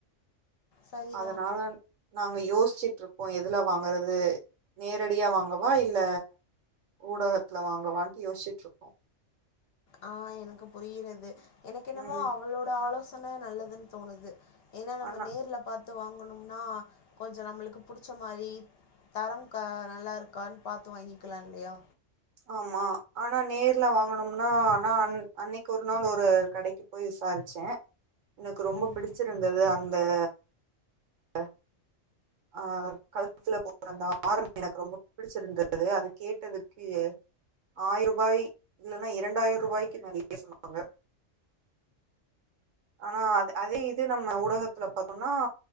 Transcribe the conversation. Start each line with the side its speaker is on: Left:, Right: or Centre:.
Left: சரிதான்
Right: அதனால நாங்க யோசி யோசிச்சுட்டு இருக்கோ எதுல வாங்கறது நேரடியா வாங்கவா இல்ல ஊடகத்துல வாங்கவான்டு யோச்சுட்டு இருக்கோ
Left: ஆஹ் எனக்கு புரியறது எனக்கு என்னமோ
Right: ம்
Left: அவளோட ஆலோச ஆனா நல்லதுன் தோணுது ஏன்னா நம்ம
Right: ஆனா
Left: நேர்ல பாத்து வாங்கணும் ன்னா கொஞ்ச நம்ளுக்கு புடிச்ச மாரி தரம் க நல்லா இருக்கான்னு பாத்து வாங்கிக்கலா இல்லயா
Right: ஆமா ஆனா நேர்ல வாங்கனம்னா ஆனா அன் அன்னைக்கு ஒரு நாள் ஒரு கடைக்கு போய் விசாரிச்சே எனக்கு ரொம்ப
Left: ம்
Right: பிடிச்சிருந்தது அன் அ அ ஆஹ் கழுத்துல <inaudible> அந்த ஆரம் எனக்கு ரொம்ப பிடிச்சிருந்தது அது கேட்டதுக்கு ஆயிரூபாய் இல்லனா இரண்டாயிரரூபாய்க்கு <inaudible> சொன்னாங்க ஆனா அ - அதே இது நம்ம ஊடகத்துல பாத்தோனா